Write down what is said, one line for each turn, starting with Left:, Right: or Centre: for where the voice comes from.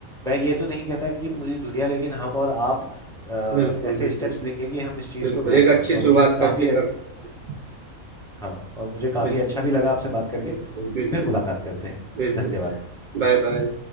Centre: मैं ये तो नहीं कहता कि पूरी दुनिया लेकिन हम और आप अ,
Right: बिल्कुल,
Centre: ऐसे
Right: बिल्कुल,
Centre: स्टेप्स लेंगे कि हम इस चीज
Right: बिल्कुल,
Centre: को रोक
Right: एक
Centre: पाए
Right: अच्छी
Centre: और
Right: शुरुआत
Centre: मुझे काफी
Right: करके
Centre: अ-
Right: कर सकते हैं।
Centre: हाँ और मुझे काफी
Right: बिल्कुल,
Centre: अच्छा भी लगा आपसे बात करके
Right: बिल्कुल, बिल्कुल
Centre: फिर मुलाकात
Right: भाई।
Centre: करते हैं
Right: बिल्कुल
Centre: धन्यवाद
Right: भाई। बाय-बाय।